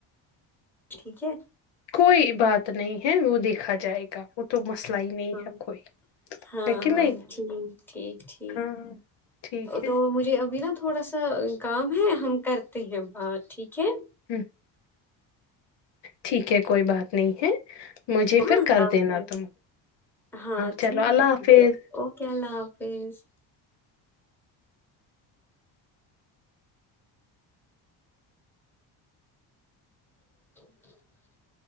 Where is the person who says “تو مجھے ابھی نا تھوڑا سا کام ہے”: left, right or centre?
Centre